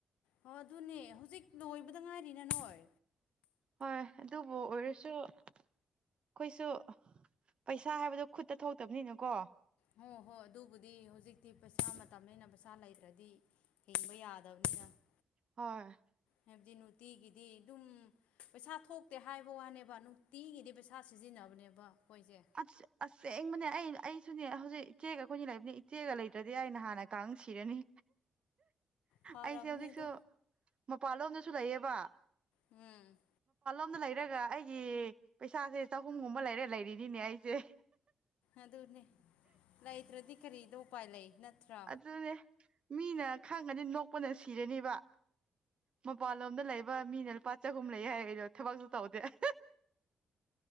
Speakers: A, on the left; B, on the right.
A: ꯑꯣ ꯑꯗꯨꯅꯦ ꯍꯧꯖꯤꯛ ꯂꯣꯏꯕꯗ ꯉꯥꯏꯔꯤꯅ ꯅꯣꯏ
B: ꯍꯣꯏ ꯑꯗꯨꯕꯨ ꯑꯣꯏꯔꯁꯨ ꯑꯩꯈꯣꯏꯁꯨ ꯄꯩꯁꯥ ꯍꯥꯏꯕꯗꯣ ꯈꯨꯠꯇ ꯊꯣꯛꯇꯕꯅꯤꯅꯀꯣ
A: ꯍꯣꯏ ꯍꯣꯏ ꯑꯗꯨꯕꯨꯗꯤ ꯍꯧꯖꯤꯛꯇꯤ ꯄꯩꯁꯥ ꯃꯇꯝꯅꯤꯅ ꯄꯩꯁꯥ ꯂꯩꯇ꯭ꯔꯗꯤ ꯍꯤꯡꯕ ꯌꯥꯗꯕꯅꯤ ꯀꯌꯥ <inaudible>
B: ꯍꯣꯏ
A: ꯍꯥꯏꯕꯗꯤ ꯅꯨꯡꯇꯤꯒꯤꯗꯤ ꯑꯗꯨꯝ ꯄꯩꯁꯥ ꯊꯣꯛꯇꯦ ꯍꯥꯏꯕ ꯋꯥꯅꯦꯕ ꯅꯨꯡꯇꯤꯒꯤꯗꯤ ꯄꯩꯁꯥ ꯁꯤꯖꯤꯟꯅꯕꯅꯦꯕ ꯑꯩꯈꯣꯏꯁꯦ
B: ꯑꯁ ꯑꯁꯦꯡꯕꯅꯦ ꯑꯩ ꯑꯩꯁꯨꯅꯦ ꯍꯧꯖꯤꯛ ꯏꯆꯦꯒ ꯑꯩꯈꯣꯏꯅ ꯂꯩꯕꯅꯤ ꯏꯆꯦꯒ ꯂꯩꯇ꯭ꯔꯗꯤ ꯑꯩ ꯅꯍꯥꯟꯅ ꯀꯥꯡꯑ ꯁꯤꯔꯅꯤ
A: ꯐꯥꯔꯕꯅꯦꯗꯣ
B: ꯑꯩꯁꯦ ꯍꯧꯖꯤꯛꯁꯨ ꯃꯄꯥꯟꯂꯣꯝꯗꯁꯨ ꯂꯩꯌꯦꯕ
A: ꯎꯝ
B: ꯁꯣꯝꯅ ꯂꯩꯔꯒ ꯑꯩꯒꯤ ꯄꯩꯁꯥꯁꯦ ꯆꯍꯨꯝꯒꯨꯝꯕ ꯂꯩꯔ ꯂꯩꯔꯤꯅꯤꯅꯦ ꯑꯩꯁꯦ
A: ꯑꯗꯨꯅꯦ ꯂꯩꯇ꯭ꯔꯗꯤ ꯀꯔꯤꯗ ꯎꯄꯥꯏ ꯂꯩ ꯅꯠꯇ꯭ꯔꯥ
B: ꯑꯗꯨꯅꯦ ꯃꯤꯅ ꯈꯪꯉꯥꯗꯤ ꯅꯣꯛꯄꯅ ꯁꯤꯔꯅꯦꯕ ꯃꯄꯥꯟꯂꯣꯝꯗ ꯂꯩꯕ ꯃꯤꯅ ꯂꯨꯄꯥ ꯆꯍꯨꯝ ꯂꯩ ꯍꯥꯏꯗꯣ ꯊꯕꯛꯁꯨ ꯇꯧꯗꯦ <unintelligible>